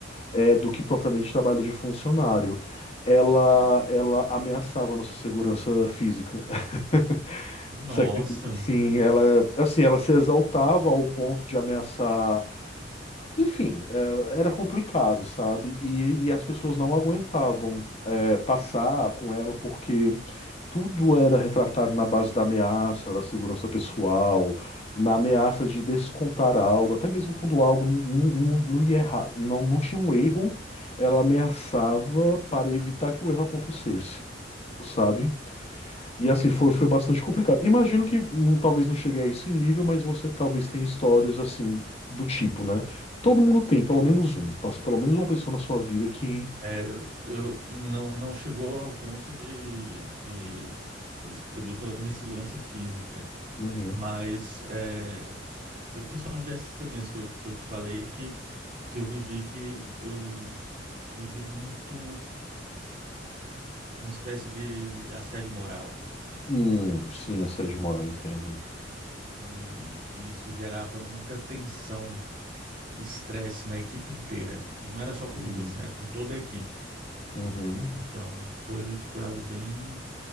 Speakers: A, on the left; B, on the right.
A: eh, do que propriamente trabalho de funcionário. Ela, ela ameaçava a nossa segurança física. <laughs>
B: nossa.
A: Você acredita? Sim, ela, assim, ela se exaltava ao ponto de ameaçar. Enfim, eh, era complicado, sabe? E, e as pessoas não aguentavam eh, passar com ela porque tudo era retratado na base da ameaça, da segurança pessoal, na ameaça de descontar algo, até mesmo quando algo n- n- não ia errar, não, não tinha um erro, ela ameaçava para evitar que o erro acontecesse, sabe? E assim, foi, foi bastante complicado. Imagino que hum, talvez não chegue a esse nível, mas você talvez tenha histórias assim, do tipo, né? Todo mundo tem, pelo menos um. Passa pelo menos uma pessoa na sua vida que.
B: É, eu não, não chegou ao ponto de, de, de também pela minha segurança física,
A: Uhum.
B: mas é, foi principalmente essa experiência que eu, que eu te falei que, que eu vivi, que eu vivi muito uma espécie de assédio moral.
A: Hum, sim, assédio
B: É,
A: moral, entendo.
B: e, e isso gerava muita tensão, estresse na equipe inteira. E não era só comigo,
A: Hum.
B: assim, era com toda a equipe.
A: Uhum.
B: Então foi, foi algo bem